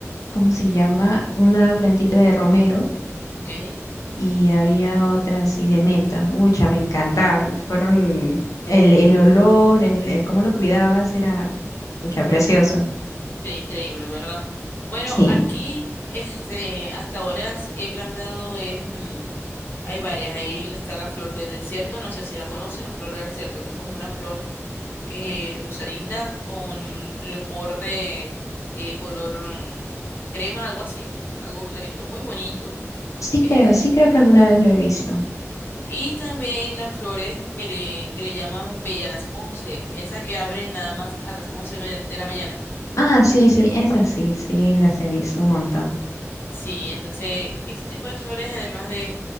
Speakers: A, on the left (about 85°); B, on the left (about 45°).
A: ¿cómo se llama? Una plantita de romero
B: Ok,
A: y había otra así de menta. Ucha, me encantaban. Fueron el, el olor, el, el cómo lo cuidabas era, ucha, precioso.
B: Qué increíble, ¿verdad? Bueno,
A: Sí,
B: aquí este, hasta ahora he plantado, es, mm, hay varias. Ahí está la flor del desierto, no sé si la conoces, la flor del desierto, que es como una flor eh, rosadita con el borde eh, color mm, crema, algo así, algo clarito, muy bonito.
A: sí
B: Este,
A: creo, sí creo que alguna vez lo he visto.
B: y también las flores que le, que le llaman bella a las 11, esa que abre nada más a las once me- de la mañana.
A: Ah, sí, sí, esas sí, sí, las he visto un montón.
B: Sí, entonces ese tipo de flores, además de